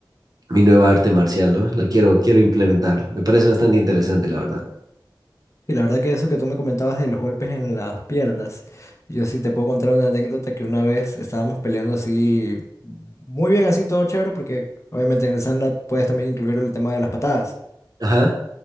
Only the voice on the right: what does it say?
mi nueva arte marcial, ¿no? La quiero, quiero implementar. Me parece bastante interesante, la verdad.
Ajá.